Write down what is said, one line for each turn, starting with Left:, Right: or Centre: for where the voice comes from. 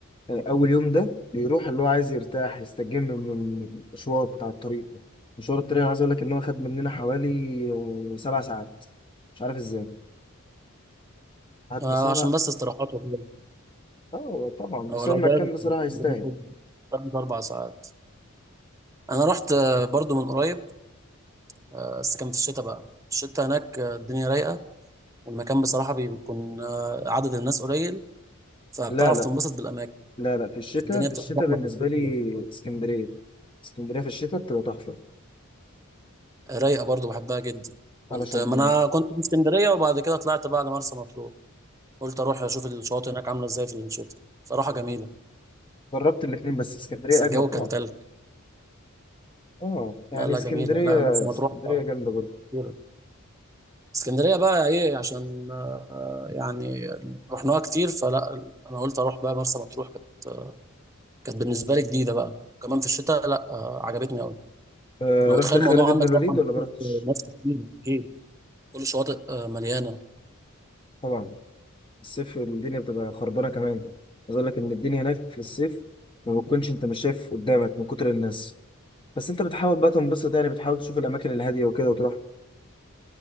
Left: آه، اول يوم ده بيروح اللي هو عايز يرتاح يستجم من المشوار بتاع الطريق ده مشوار الطريق انا عايز اقول لك ان هو خد مننا حوالي آه، سبع ساعات مش عارف ازاي قعدنا
Right: آه
Left: سبع
Right: عشان بس استراحات وكده
Left: اه طبعا
Right: اه
Left: بس
Right: لو
Left: هو المكان
Right: دايركت
Left: بصراحة يستاهل
Right: بناخد ثلاث اربع ساعات انا رحت آه، برضه من قريب آه، بس كان في الشتاء بقى الشتاء هناك آه، الدنيا رايقه المكان بصراحة بي- بيكون آه، عدد الناس قليل فبتعرف
Left: لا لا
Right: تنبسط بالأماكن
Left: لا لا في الشتاء
Right: الدنيا
Left: في
Right: بتبقى
Left: الشتاء
Right: زحمة
Left: بالنسبة
Right: في الصيف
Left: لي
Right: كده.
Left: اسكندرية اسكندرية في الشتاء بتبقى تحفة
Right: رايقة برضو بحبها جدا كنت
Left: علشان
Right: ما أنا كنت في اسكندرية وبعد كده طلعت بقى على مرسى مطروح قلت أروح أشوف الشواطئ هناك عاملة إزاي في الشتاء صراحة جميلة
Left: جربت الاتنين بس اسكندرية
Right: بس الجو
Left: أجمل طبعا
Right: كان تلج
Left: اه يعني
Right: لا لا
Left: اسكندرية
Right: جميلة لا مرسى مطروح
Left: اسكندرية
Right: آه،
Left: جامدة برضه
Right: خطيرة اسكندرية بقى إيه عشان آه، يعني رحناها كتير فلا أنا قلت أروح بقى مرسى مطروح كانت آه، كانت بالنسبة لي جديدة بقى كمان في الشتاء لا آه، عجبتني أوي
Left: آه،
Right: انا
Left: رحت
Right: متخيل
Left: خالد
Right: الموضوع عندك
Left: بن الوليد
Right: طبعا
Left: ولا ما
Right: في
Left: رحتش؟
Right: مصر كتير اكيد كل شواطئ آه، مليانه
Left: طبعا الصيف الدنيا بتبقى خربانه كمان عايز اقول لك ان الدنيا هناك في الصيف ما بتكونش انت مش شايف قدامك من كتر الناس بس انت بتحاول بقى تنبسط يعني بتحاول تشوف الاماكن الهاديه وكده وتروح